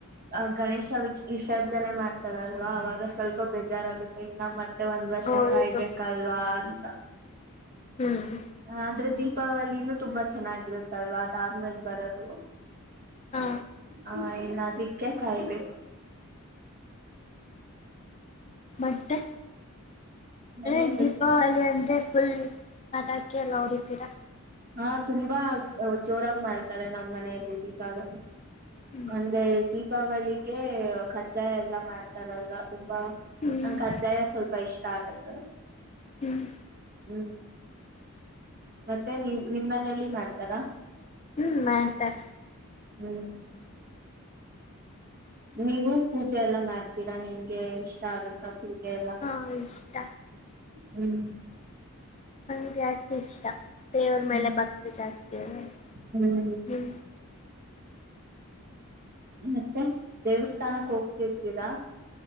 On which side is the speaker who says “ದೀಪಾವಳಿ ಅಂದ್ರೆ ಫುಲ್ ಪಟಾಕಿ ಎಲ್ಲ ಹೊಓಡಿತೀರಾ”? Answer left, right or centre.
Left